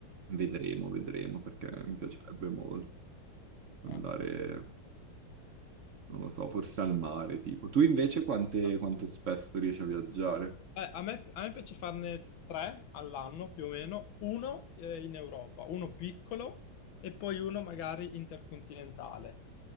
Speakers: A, on the right; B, on the left.
A: Vedremo,
B: Mm,
A: vedremo, perché mi piacerebbe molto andare,
B: ah,
A: non lo so, forse al mare, tipo. Tu invece quante-
B: ah,
A: quanto spesso riesci a viaggiare?
B: Eh, a me, a me piace farne tre all'anno più o meno, uno eh, in Europa, uno piccolo e poi uno magari intercontinentale.